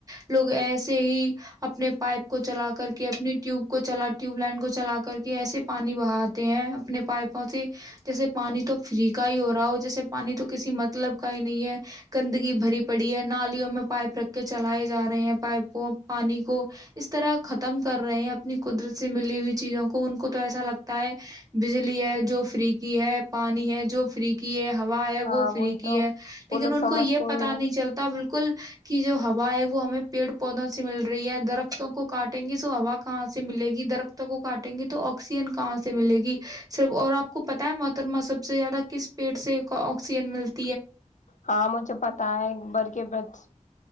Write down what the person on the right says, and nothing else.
لوگ ایسے ہی اپنے پائپ کو چلا کر کے اپنی ٹیوب کو چ ٹیوب لائن کو چلا کر کے ایسے پانی بہاتے ہیں اپنے پائپوں سے جیسے پانی تو فری کا ہی ہو رہا ہو جیسے پانی تو کسی مطلب کا ہی نہیں ہے گندگی بھری پڑی ہے نالیوں میں پائپ رکھ چلائے جا رہے ہیں پائپوں پانی کو اس طرح ختم کر رہے ہیں اپنی قدرت سے ملی ہوئی چیزوں کو ان کو تو ایسا لگتا ہے بجلی ہے جو فری کی ہے پانی ہے جو فری کی ہے ہوا ہے
وہ فری
کی
ہے
لیکن
ان
کو یہ
پتا نہیں چلتا بالکل جو ہوا ہے وہ ہمیں پیڑ پودوں سے مل رہ رہی ہے درختوں کو کاٹیں گے ہوا کہاں سے ملے گی درخت کو کاٹیں گے تو آکسیجن کہاں سے ملے گی صرف اور آپ کو پتا ہے محترما سب سے زیادہ کس پیڑ سے کا آکسیجن ملتا